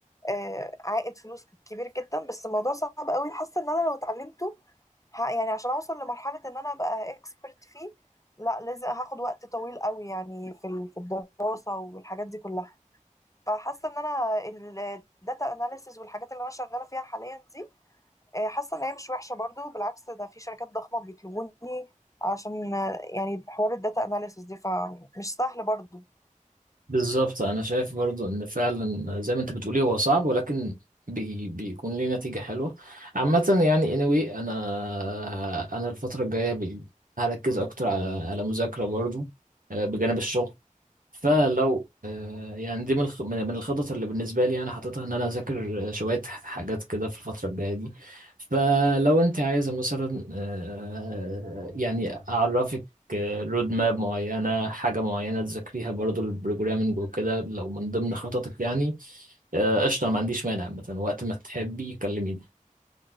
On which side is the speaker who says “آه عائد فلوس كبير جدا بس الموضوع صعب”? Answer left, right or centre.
Left